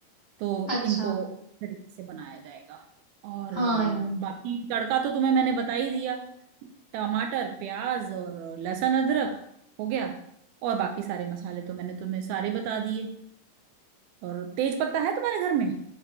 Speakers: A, on the right (about 80°); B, on the left (about 70°).
A: तो
B: अच्छा
A: इनको इस तरीके से बनाया जाएगा और
B: हाँ
A: अ,
B: यार
A: बाकी तड़का तो तुम्हें मैंने बता ही दिया टमाटर प्याज और लहसुन अदरक हो गया और बाकी सारे मसाले तो मैंने तुम्हें सारे बता दिए और तेज पत्ता है तुम्हारे घर में